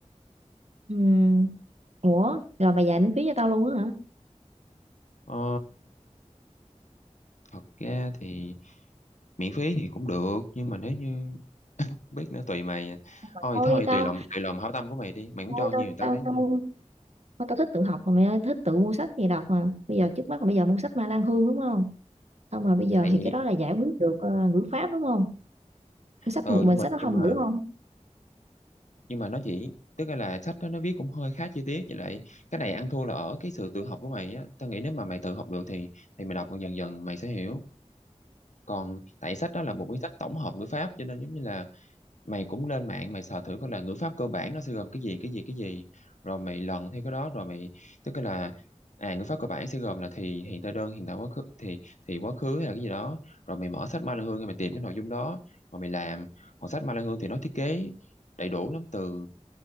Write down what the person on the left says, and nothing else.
ờ, thật ra thì miễn phí thì cũng được nhưng mà nếu như biết nữa tùy mày à.
thôi
thôi
tùy lòng tùy lòng hảo tâm của mày đi mày muốn
cho nhiều
tao
lấy nhiều
tại
ờ
nhưng
mà
nhưng
mà
nhưng mà nó chỉ tức là sách đó nó viết cũng hơi khá chi tiết với lại cái này ăn thua là ở cái sự tự học của mày á tao nghĩ nếu mà mày tự học được thì thì mày đọc dần dần mày sẽ hiểu còn tại sách đó là một cái sách tổng hợp ngữ pháp cho nên giống như là mày cũng lên mạng mày sờ thử coi là ngữ pháp cơ bản nó sẽ gồm cái gì cái gì cái gì rồi mày lần theo cái đó rồi mày tức là à ngữ pháp cơ bản sẽ gồm là thì hiện tại đơn hiện tại quá khứ thì thì quá khứ hay là cái gì đó rồi mày mở sách Ma Lan Hương mày tìm cái nội dung đó mà mày làm còn sách Ma Lan Hương thì nó thiết kế đầy đủ lắm từ